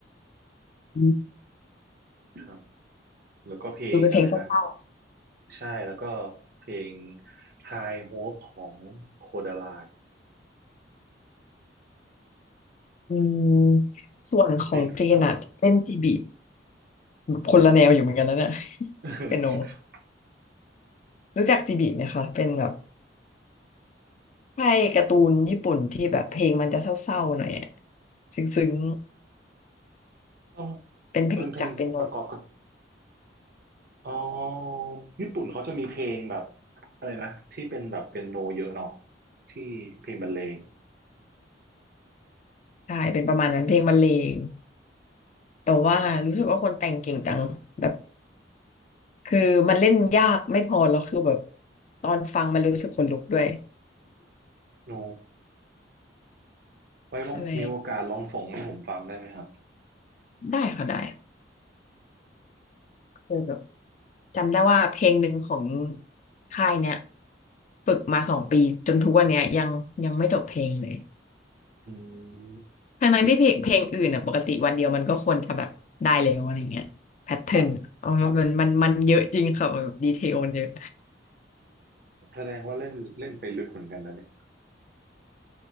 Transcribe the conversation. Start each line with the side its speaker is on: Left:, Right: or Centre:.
Left: อืม
Right: ครับแล้วก็เพลงอะไรนะ
Left: ดูเป็นเพลงเศร้า
Right: ใช่แล้วก็เพลง High Hope ของโคดาไล
Left: ๆอืมส่วนของเจนอะเล่นจีบี
Right: เพลงเศร้า
Left: คนละแนวอยู่เหมือนกันนะเนี่ย <laughs>
Right: <laughs>
Left: เปียโนรู้จักจีบีไหมคะเป็นแบบ ใช่การ์ตูนญี่ปุ่นที่แบบเพลงมันจะเศร้าๆหน่อยอะซึ้ง
Right: ต้อง
Left: ๆเป็นเพลงจากเป็นโน้ต
Right: เป็นเพลงประกอบกับ อ๋อญี่ปุ่นเขาจะมีเพลงแบบอะไรนะที่เป็นแบบเป็นโนเยอะเนาะที่เพลงบรรเลง
Left: ใช่เป็นประมาณนั้นเพลงบรรเลงแต่ว่ารู้สึกว่าคนแต่งเก่งจังแบบ
Right: อืม
Left: คือมันเล่นยากไม่พอแล้วคือแบบตอนฟังมันรู้สึกขนลุกด้วย
Right: โน
Left: <laughs>
Right: ไว้ว่างมีโอกาสลองส่งให้ผมฟังได้ไหมครับ
Left: อ็ไรได้ค่ะได้เคยแบบจำได้ว่าเพลงหนึ่งของค่ายเนี้ยฝึกมาสองปีจนทุกวันเนี้ยยังยังไม่จบเพลงเลย
Right: อืม
Left: ทั้งนั้นที่เพลงเพลงอื่นอ่ะปกติวันเดียวมันก็ควรจะแบบได้แล้วอะไรเงี้ยแพทเทิร์นอ๋อมันมันมันเยอะจริงค่ะแบบดีเทลมันเยอะ
Right: ครับแสดงว่าเล่นเล่นไปลึกเหมือนกันนะเนี่ย